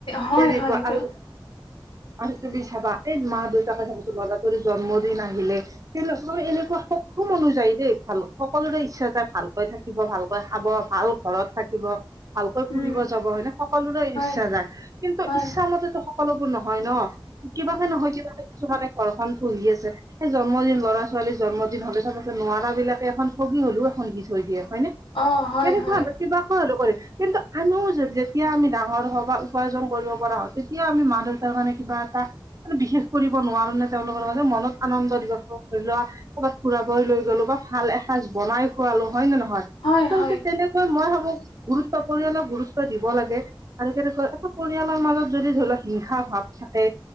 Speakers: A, on the left (about 85°); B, on the right (about 45°).
A: হয়
B: তেনেকুৱা
A: হয় কা
B: আৰু আৰু তুমি চাবা এই মা-দেউতাকে চাবচ ল'ৰা তোৰ জন্মদিন আহিলে তে, মানে এনেকুৱা সক্ষম অনুযায়ী দেই ভাল সকলোৰে ইচ্ছা যায়, ভালকৈ থাকে। থাকিব ভালকৈ খাব, ভাল ঘৰত থাকিব, ভালকৈ ফুৰিব
A: উম
B: যাব এনে সকলোৰে
A: হয়
B: ইচ্ছা যায়। কিন্তু
A: হয়
B: ইচ্ছা মতেটো সকলোবোৰ নহয় ন কিবাকে নহয় কিবাকে কিছুমানে ঘৰখন পোহি আছে সেই জন্মদিন ল'ৰা-ছোৱালীৰ জন্মদিন হ'লে তাৰপিছত নোৱাৰা বিলাকে এখন বহি হ'লেও এখন দি থৈ দিয়ে হয়নে?
A: অ হয়
B: কেনেকুৱা
A: হয়
B: বা কিবাকৈ আৰু কৰে কিন্তু আমিও যেতিয়া আমি ডাঙৰ হওঁ বা উপাৰ্জন কৰিব পৰা হয় তেতিয়া আমি মা-দেউতাৰ কাৰণে কিবা এটা বিশেষ কৰিব নোৱাৰো নে তেওঁলোকৰ বাবে মনত আনন্দ দিব পৰা ধৰি লোৱা ক'ৰবাত ফুৰাবই লৈ গ'লো বা ভাল এসাঁজ বনাই খোৱালো হয়ে নে নহয়
A: হয়
B: আচলতে
A: হয়
B: তেনেক কৈ মই ভাবো গুৰুত্ব পৰিয়ালক গুৰুত্ব দিব লাগে। আৰু তেনেকৈ এটা পৰিয়ালৰ মাজত যদি ধৰি লোৱা হিংসাৰ ভাৱ থাকে